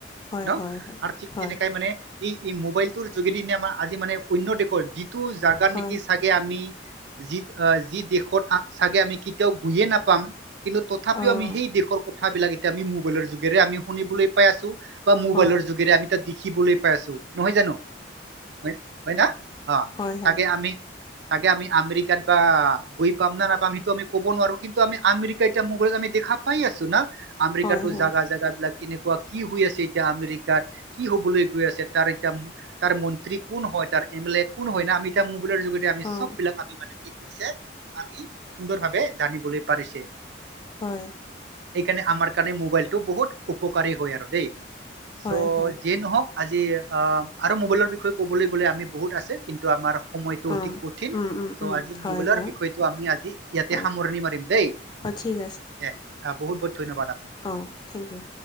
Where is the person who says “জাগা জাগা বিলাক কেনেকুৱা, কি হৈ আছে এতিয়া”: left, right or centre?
Right